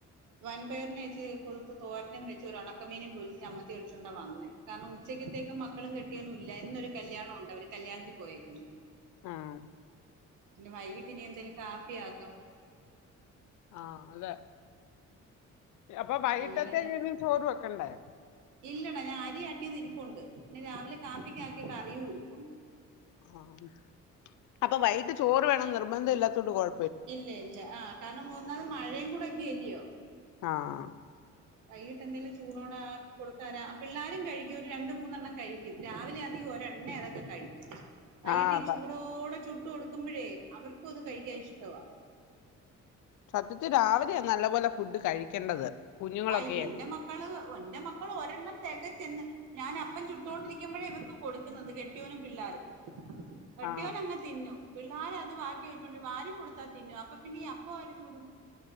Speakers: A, on the right; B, on the left.
A: വൻപയറിനെ വെച്ച് <unintelligible> തോരനും വെച്ച് ഒരു ഒണക്കമീനും പൊരിച്ച് ചമ്മന്തീ അരച്ചോണ്ടാ വന്നേ കാരണം ഉച്ചക്കത്തേക്കും മക്കളും കെട്ടിയോനും ഇല്ല ഇന്നൊരു കല്യാണം ഒരുണ്ട് അവര് കല്യാണത്തി പോയേക്കുന്ന്
B: ആഹ്
A: പിന്നെ വൈകീട്ടിനി എന്തേലും കാപ്പിയാക്കാം
B: ആഹ് അതെ അപ്പൊ വൈകിട്ടത്തേക്കിനി
A: അങ്ങനെ ഞാൻ
B: ചോറ് വെക്കണ്ടേ
A: ഇല്ലടാ ഞാൻ അരി ആട്ടിയതിരിപ്പുണ്ട് പിന്നെ രാവിലെ കാപ്പിക്ക് ആക്കിയ കറിയും ഇരിപ്പു
B: ആഹ് അപ്പൊ വൈകിട്ട് ചോറ് വേണന്ന് നിർബന്ധം ഇല്ലാത്തോണ്ട് കൊഴ
A: ഇല്ല ഇല്ല ആഹ് കാരണം ഒന്നാത് മഴയും കൂടെ ഒക്കെ അല്ലിയോ
B: ആഹ്
A: വൈകിട്ട് എന്തേലും ചൂടോടെ ആക്കി കൊടുത്താരാ ആ പിള്ളാരും കഴിക്കും ഒരു രണ്ടു മൂന്നെണ്ണം കഴി ക്കും രാവിലാന്നെ ഒരെണ്ണേ അതൊക്കെ കഴി വൈകിട്ട്
B: ആഹ്
A: ഈ ചൂടോടെ ചുട്ടു കൊടുക്കുമ്പഴേ അവർക്കും അത് കഴിക്കാൻ ഇഷ്ട്ടവാ
B: സത്യത്തി രാവിലെയാ നല്ല പോലെ ഫുഡ് കഴിക്കേണ്ടത് കുഞ്ഞുങ്ങളൊക്കെയെ
A: ആഹ് എന്റെ മക്കള് എന്റെ മക്കള് ഒരെണ്ണം തെകച്ചെന്ന് ഞാൻ അപ്പം ചുട്ടോണ്ടിരിക്കുമ്പഴേ ഇവർക്ക് കൊടുക്കുന്നത് കെട്ട്യോനും പിള്ളാർക്കും കെട്ടിയോനങ്ങ്
B: ആഹ്
A: തിന്നും പിള്ളാരും അത് ബാക്കി വെച്ചോണ്ട് വാരി കൊടുത്താ തിന്നും അപ്പൊ പിന്നെയീ അപ്പവാര് ചുടും